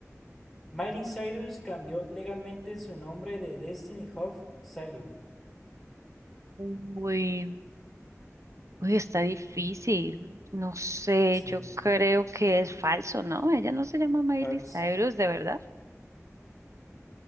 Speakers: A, in the centre; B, on the right (about 70°).
A: Miley Cyrus cambió legalmente su nombre de Destiny Hoff Cyrus.
B: Uy. Uy, está difícil. No sé,
A: Sí,
B: yo creo que es falso, ¿no? Ella no se llama Miley
A: falso.
B: Cyrus, ¿de verdad?